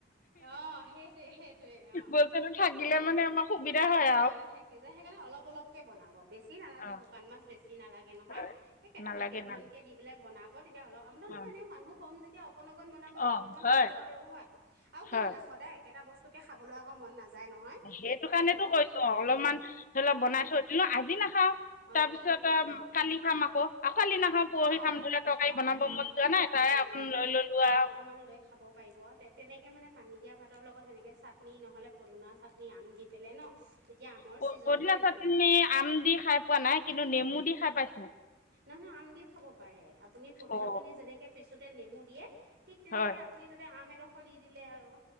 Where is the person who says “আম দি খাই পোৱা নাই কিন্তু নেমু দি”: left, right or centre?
Left